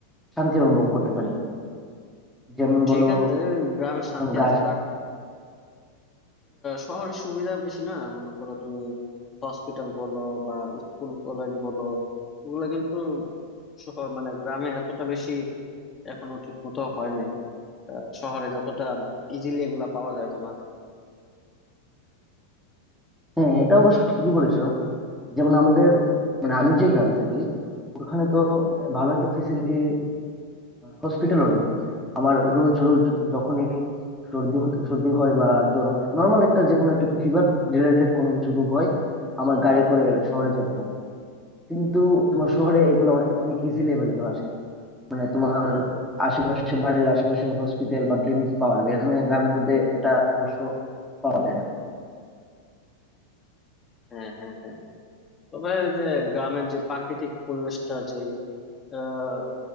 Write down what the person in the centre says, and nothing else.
শান্তি অনুভব করতে পারি যেমন
বলো
আহ,
ওখানে গাছ
হ্যাঁ এটা অবশ্য ঠিকই বলেছো যেমন আমাদের মানে আমি যে গ্রামে থাকি ওখানে তো ভালো একটা ফেসিলিটি হসপিটালও নেই আমার রোজ রোজ যখনই সর্দি হতে- সর্দি হয় বা জ্বর হয় নর্মাল একটা যে কোনো একটা ফিভার রিলেটেড কোনো কিছু রোগ হয় আমার গাড়ি করে শহরে যেতে হয় কিন্তু তোমার শহরে এগুলো অনে- অনেক ইজিলি অ্যাভেলেবল আসে মানে তোমার আশেপাশে বাড়ির আশেপাশে হসপিটাল বা ক্লিনিক পাওয়া যাবে এখানে গ্রামের মধ্যে এটা অবশ্য পাওয়া যায় না